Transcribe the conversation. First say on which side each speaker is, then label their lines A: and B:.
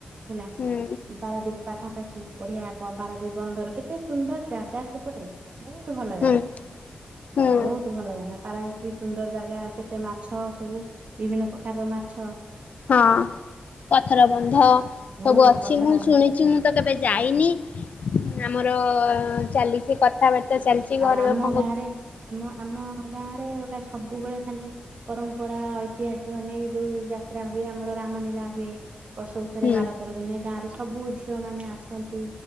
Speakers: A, on the right; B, on the left.
A: ହେଲା
B: ହୁଁ
A: ପରାଦୀପ ପାଖାପାଖି ପଢିଆ ପାରାଦେବୀ ବନ୍ଦର କେତେ ସୁନ୍ଦର ଜାଗା ସେପଟେ ବହୁତ ଭଲ
B: ହୁଁ
A: ଜାଗା
B: ହୁଁ
A: ବହୁତ ଭଲ ଜାଗା। ପାରାଦ୍ୱୀପ ବି ସୁନ୍ଦର ଜାଗା କେତେ ମାଛ ସବୁ ବିଭିନ୍ନ ପ୍ରକାର ମାଛ।
B: ହଁ ପଥର ବନ୍ଧ
A: ହୁଁ
B: ସବୁ ଅଛି
A: ପଥର
B: ମୁଁ ଶୁଣି ଛି ମୁଁ ତ କେବେ ଯାଇନି ଆମର ଚାଲିଛି କ କଥାବାର୍ତ୍ତା ଚାଲିଛି
A: ଆଉ
B: ଘର
A: ଆମ
B: ଲୋକଙ୍କ
A: ଗାଁରେ ଆମ ଆମ ଗାଁ ରେ ଗୋଟା ସବୁବେଳେ ଖାଲି ପରମ୍ପରା ଐତିହାସିକ ନେଇ ଯୋଉ ଯାତ୍ରା ହୁଏ ଆମର ରାମ ଲୀଳା ହୁଏ। ବର୍ଷକୁ ଥରେ
B: ହୁଁ
A: ବାର ତେର ଦିନ ଗାଁ ରେ ସବୁ ଝିଅ ମାନେ ଆସନ୍ତି।